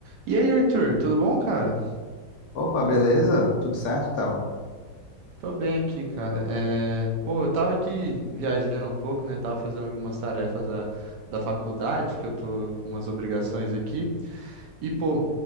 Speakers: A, on the right; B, on the left.
A: E aí, Arthur, tudo bom, cara?
B: Opa, beleza? Tudo certo, Théo?
A: Tô bem aqui, cara. É, Pô, eu tava aqui viajando um pouco, né? Tava fazendo algumas tarefas da, da faculdade, que eu tô com umas obrigações aqui. E, pô,